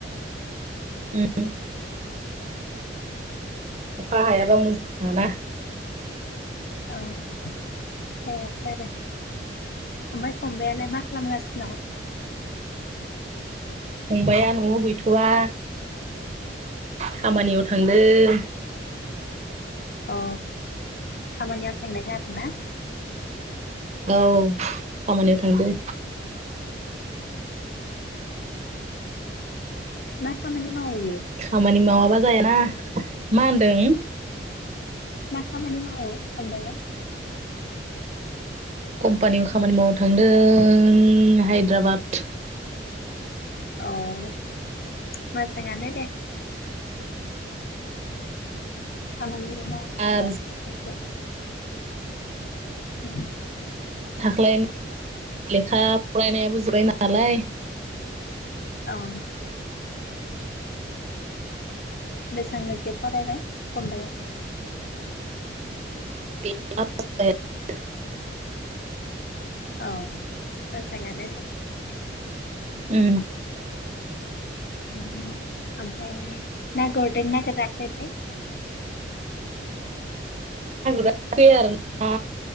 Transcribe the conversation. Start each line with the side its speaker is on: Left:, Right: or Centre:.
Right: <unintelligible> अखा हायाबा मोजां मोना
Left: <unintelligible> ओमफ्राय फंबायालाय मा खालामगासिनों
Right: फंबाया न'आव गैथ'वा खामानियाव
Left: अ
Right: थांदों
Left: अ खामानियाव थांदों आरो ना
Right: औ खामानियाव थांदो
Left: मा खामानि मावयो बे
Right: खामानि मावाबा जायाना मा होनदों
Left: मा खामानि मावो फंबाया
Right: कम्पानियाव खामानि मावनो थांदों हायद्राबाद
Left: औ मोजाङानो दे खामानिबो मावनांगौ
Right: आरो
Left: एसे उम
Right: थाख्लाय लेखा फरायनायाबो जोबबाय नालाय
Left: औ बेसेबां लोखा फरायबाय फंबाया
Right: <unintelligible> <inaudible>
Left: औ मोजाङानो दे
Right: ओम
Left: ओमफ्राय ना गुरदों ना गुराखैलै
Right: <unintelligible> आरोना